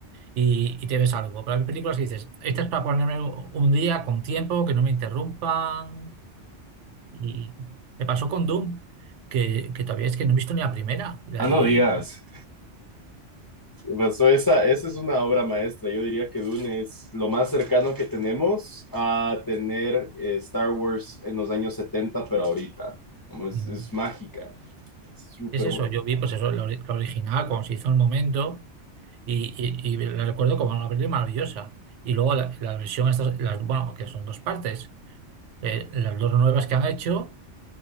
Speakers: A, on the right; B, on the left.
A: y, y te ves algo. Pero hay películas que dices, esta es para ponerme un día con tiempo, que no me interrumpan. Y me pasó con Doom, que, que todavía es que no he visto ni la primera. Y, la-
B: Ah, no
A: y,
B: digas. Pasó esa, esa es una obra maestra. Yo diría que Dune es lo más cercano que tenemos a tener eh, Star Wars en los años 70, pero ahorita. Como Es,
A: mm,
B: es mágica, es súper
A: es eso,
B: bueno.
A: yo vi pues eso, la, ori- la original, cuando se hizo en el momento, y, y, y la recuerdo como una película maravillosa. Y luego la, la versión, estas, las, bueno, que son dos partes, eh, las dos nuevas que han hecho.